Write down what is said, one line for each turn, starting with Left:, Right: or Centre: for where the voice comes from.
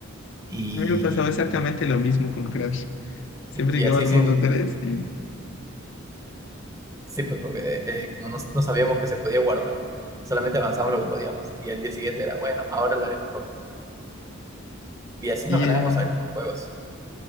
Right: Y,
Left: a mí me pasaba exactamente lo mismo con Crash. Siempre
Right: y
Left: llegaba
Right: así
Left: al
Right: sin,
Left: mundo 3 y...
Right: sí, pues porque eh, como no, no sabíamos que se podía guardar, solamente avanzamos lo que podíamos. Y al día siguiente era, bueno, ahora lo haré mejor. Y así
Left: Y,
Right: nos ganábamos
Left: eh,
Right: algunos juegos.